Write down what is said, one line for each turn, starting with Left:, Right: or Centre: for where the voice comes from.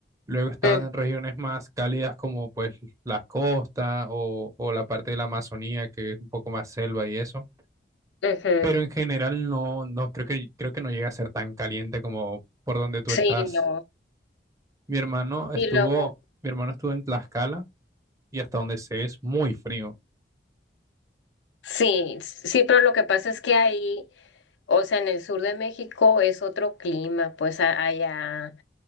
Right: Luego están
Left: ujú,
Right: regiones más cálidas como pues las costas o, o la parte de la Amazonía que es un poco más selva y eso.
Left: ujú.
Right: Pero en general no, no creo que, creo que no llega a ser tan caliente como por donde tú
Left: Sí,
Right: estás.
Left: no.
Right: Mi hermano estuvo,
Left: Y luego...
Right: mi hermano estuvo en Tlaxcala y hasta donde sé es muy frío.
Left: Sí, sí, pero lo que pasa es que ahí, o sea, en el sur de México es otro clima, pues a- allá,